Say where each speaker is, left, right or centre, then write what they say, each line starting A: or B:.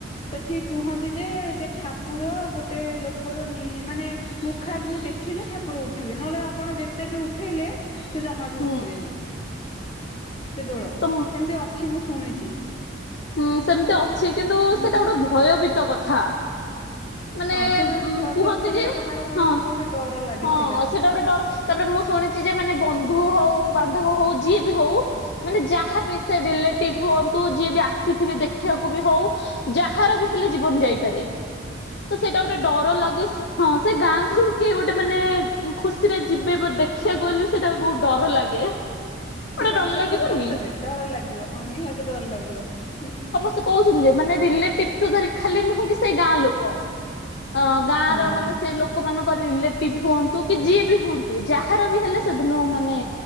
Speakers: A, on the left (about 30°); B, on the left (about 55°).
A: ସେଠି କୁହନ୍ତି ଯେ ଯେ ଠାକୁର ଗୋଟେ ଲୋକର ନି ମାନେ ମୁଖାଗ୍ନି ଦେଖିଲେ ଠାକୁର ଉଠିବେ ନହେଲେ ଆପଣ ଯେ ତେ ବି ଉଠେଇଲେ ସେ ଜମା ବି
B: ହୁଁ
A: ଉଠିବେନି। ସେ ଦୋଳ
B: ତ
A: ଏମିତି ଅଛି ମୁଁ ଶୁଣିଛି।
B: ହୁଁ ସେମିତି ଅଛି କିନ୍ତୁ
A: ମୁଁ
B: ସେଇଟା ଗୋଟେ ଭୟଭୀତ କଥା। ମାନେ
A: ହଁ ସେଇଟା ଗୋଟେ
B: ଉଁ
A: ଭୟ
B: କୁହନ୍ତି
A: କେତେବେଳେ
B: ଯେ
A: କାହାର କଣ
B: ହଁ
A: ହବ ଗୋଟେ ଡର ଲାଗେ
B: ହଁ
A: ସେଇଟା।
B: ଗୋଟେ ଡର ତାପରେ ମୁଁ ଶୁଣିଛି ଯେ ମାନେ ବନ୍ଧୁ ହଉ ବାନ୍ଧବ ହଉ ଯିଏ ବି ହଉ ମାନେ ଯାହା ବି ସେ ରିଲେଟିଭ ହୁଅନ୍ତୁ ଯିଏ ବି ଆସିଥିବେ ଦେଖିବାକୁ ବି ହଉ। ଯାହାର ବି ହେଲେ ଜୀବନ ଯାଇପାରେ ତ ସେଇଟା ଗୋଟେ ଡର ଲାଗେ ସେ ହଁ ସେ ଗାଁକୁ କିଏ ଗୋଟେ ମାନେ ଖୁସିରେ ଯିବେ ବ ଦେଖିବାକୁ ଗଲେ ସେଇଟା ବି ବୋହୁତ ଡର ଲାଗେ। ଗୋଟେ
A: ସେ ଯାତ୍ରା
B: ଡର ଲାଗିବନି
A: ଟା ସତରେ ଡର ଲାଗିବ ହଁ ନିହାତି ଡର ଲାଗିବ ଉଁ
B: ସେ କହୁଛନ୍ତି ଯେ ମାନେ ରିଲେଟିଭ ଧରି ଖାଲି ନୁହୁଁ କି ସେଇ ଗାଁ ଲୋକ। ଅ ଗାଁ
A: ହଁ
B: ର ମାନେ ସେ ଲୋ କ ମାନଙ୍କର ରିଲେଟିଭ ହୁଅନ୍ତୁ କି ଯିଏ ବି ହୁଅନ୍ତୁ ଯାହାର ବି ହେଲେ ସେଦିନ ମାନେ